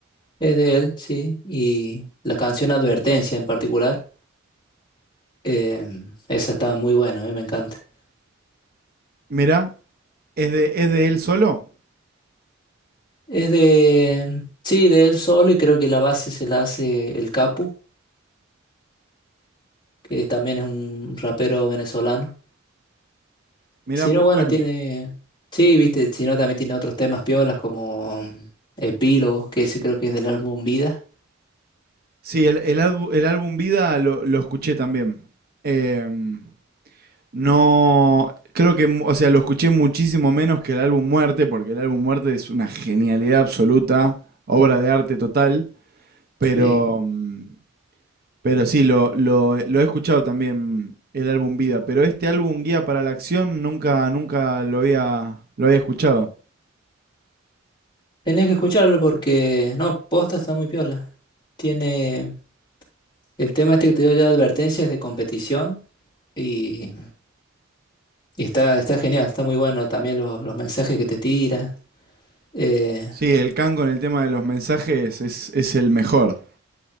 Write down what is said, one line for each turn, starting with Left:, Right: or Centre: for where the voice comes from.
Left: Es de él, sí. Y la canción Advertencia en particular. eh, esa está muy buena, a mí me encanta.
Right: Mirá, ¿Es de, es de él solo?
Left: Es de, mm, sí, de él solo y creo que la base se la hace el Capu, que también es un rapero venezolano.
Right: Mirá,
Left: Si
Right: muy
Left: no, bueno,
Right: bueno.
Left: tiene. Sí, viste, si no, también tiene otros temas piolas como Epílogo, que ese creo que es del álbum Vida.
Right: Sí, el, el, albu- el álbum Vida lo, lo escuché también. Em, no, creo que, mu- o sea, lo escuché muchísimo menos que el álbum Muerte, porque el álbum Muerte es una genialidad absoluta, obra de arte total, pero,
Left: Sí.
Right: mm, pero sí, lo, lo, he- lo he escuchado también el álbum Vida, pero este álbum Guía para la Acción nunca, nunca lo había, lo había escuchado.
Left: Tenés que escucharlo porque. No, posta está muy piola. Tiene. El tema este que te dio yo de advertencias de competición. Y, y está, está genial, está muy bueno también los, los mensajes que te tira. Eh,
Right: Sí, el Can con el tema de los mensajes es, es el mejor.